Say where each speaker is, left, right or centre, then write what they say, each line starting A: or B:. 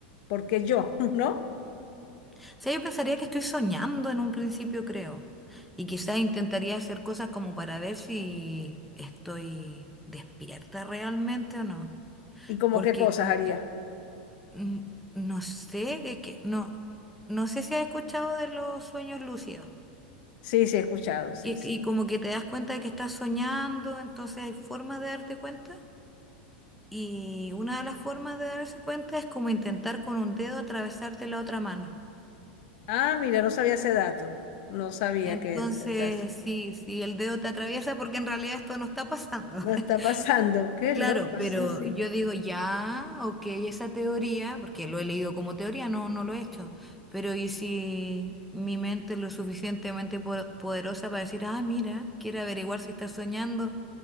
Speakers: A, on the left; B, in the centre.
A: por qué yo, <laughs> ¿no?
B: O sea, yo pensaría que estoy soñando en un principio, creo. Y quizás intentaría hacer cosas como para ver si estoy despierta realmente o no.
A: Y como
B: Porque
A: qué cosas
B: como
A: haría.
B: que, mm, no sé, que, que- no, no sé si has escuchado de los sueños lúcidos.
A: Sí, sí, he escuchado, sí,
B: Que-
A: sí.
B: y como que te das cuenta de que estás soñando, entonces hay formas de darte cuenta. Y una de las formas de darse cuenta es como intentar con un dedo atravesarte la otra mano.
A: Ah, mira, no sabía ese dato. No sabía
B: Entonces,
A: que es, es eso.
B: sí, sí, el dedo te atraviesa porque en realidad esto no está pasando. <laughs>
A: No está pasando. Qué
B: Claro,
A: loco,
B: pero
A: sí, sí.
B: yo digo ya, ok, esa teoría, porque lo he leído como teoría, no, no lo he hecho, pero ¿y si mi mente es lo suficientemente po- poderosa para decir, ah, mira, quiere averiguar si está soñando